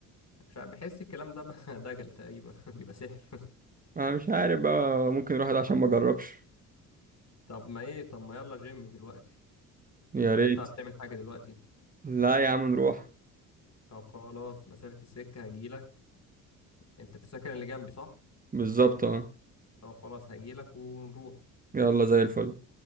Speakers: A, on the left (about 35°); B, on the right (about 20°).
A: مش عارف بحس الكلام ده <laughs> دجل تقريبا <laughs> بيبقى سحر
B: انا مش عارف بقى ممكن نروح ده عشان ما جربش
A: طب ما ايه طب ما يلا جيم دلوقتي
B: يا
A: ولا
B: ريت
A: انت بتعمل حاجة دلوقتي
B: لا يا عم نروح
A: طب خلاص مسافة السكة هجيلك انت في السكن اللي جنبي صح
B: بالظبط اه
A: طب خلاص هجيلك ونروح
B: يلا زي الفل